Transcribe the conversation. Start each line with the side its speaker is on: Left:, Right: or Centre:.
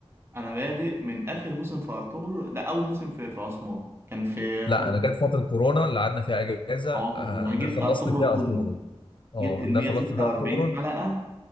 Right: انا بادئ من اخر موسم في ارطغرل لا اول موسم في في عثمان كان في قرون
Left: لا انا جت فتره كورونا اللي قعدنا فيها اجازه
Right: اه في
Left: آه،
Right: قرون انا
Left: ده
Right: جبت
Left: خلصت
Right: ارطغرل
Left: فيها
Right: كله
Left: ارطغرل اه
Right: جبت ال
Left: ده
Right: 146
Left: خلصت فيها ارطغرل
Right: حلقة